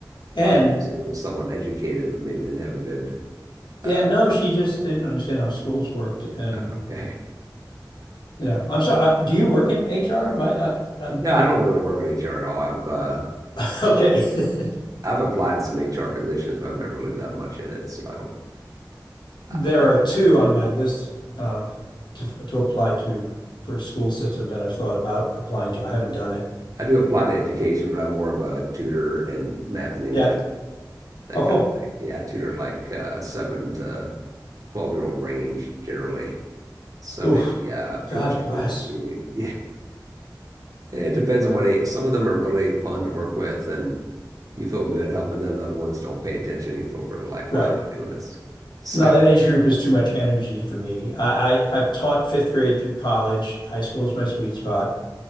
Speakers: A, on the left; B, on the right.
A: And
B: I thought you were saying it was someone educated, but maybe didn't have a good.
A: yeah,
B: Uh,
A: no, she just didn't understand how schools worked. And
B: <laughs> okay.
A: you know, I'm sorry, I- do you work in HR? My, I, I,
B: No, I
A: I,
B: don't really work in HR at all. I've uh,
A: <laughs> okay.
B: I've,
A: <laughs>
B: I've applied to some HR positions, but I've never really done much in it. So I don't. I,
A: There
B: I,
A: are two on my list uh, to to apply to for a school system that I've thought about applying to. I haven't done it.
B: I do apply to education, but I'm more of a tutor in math and English,
A: Yeah.
B: that
A: Oh,
B: kind
A: cool.
B: of thing. Yeah, I tutor like uh, seven to twelve year old range generally. So
A: Oof.
B: maybe uh,
A: God
B: people struggle
A: bless.
B: with reading. <laughs> Yeah, it depends on what age. Some of them are really fun to work with, and you feel good helping them. The other ones don't pay attention. You feel really like,
A: Right.
B: why am I doing this? <laughs> So
A: No, that age group is too much energy for me. I, I I've taught fifth grade through college. High school is my sweet spot.